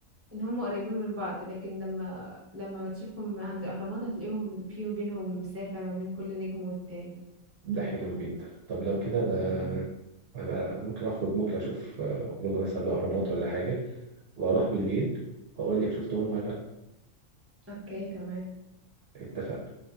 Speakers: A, on the right (about 15°); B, on the right (about 60°).
A: ان هم قريبين من بعض لكن لما لما تشوفهم عند الاهرامات هتلاقيهم فيهم بينهم مسافه ما بين كل نجم والتاني
B: ده حلو جدا طب لو كده ده أبقى ممكن اخرج بكره اشوف آه، اخرج مثلا الاهرامات ولا حاجه واروح بالليل واقول لك شفتهم ولا لا
A: اوكي تمام
B: اتفقنا